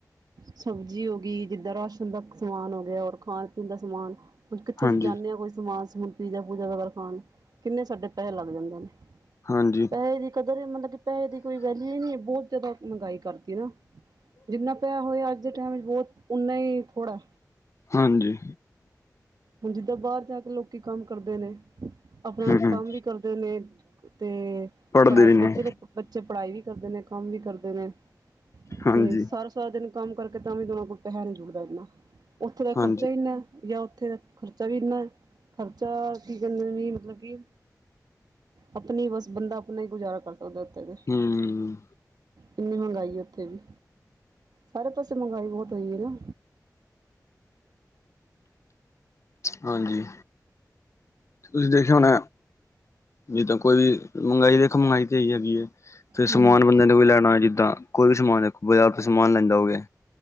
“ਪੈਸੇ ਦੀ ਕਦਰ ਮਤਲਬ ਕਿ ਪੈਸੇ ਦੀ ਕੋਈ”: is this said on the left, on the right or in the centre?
Right